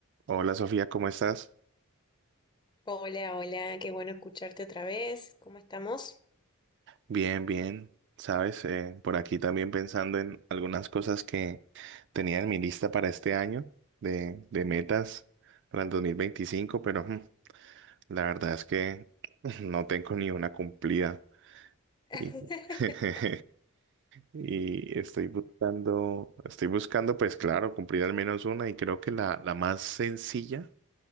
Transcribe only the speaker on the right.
Hola Sofía, ¿cómo estás?
Bien, bien. Sabes, Eh, por aquí también pensando en algunas cosas que tenía en mi lista para este año de, de metas para el 2025, pero mm, la verdad es que <laughs> no tengo ni una cumplida.
Y, <laughs> y estoy buscando, estoy buscando, pues claro, cumplir al menos una y creo que la, la más sencilla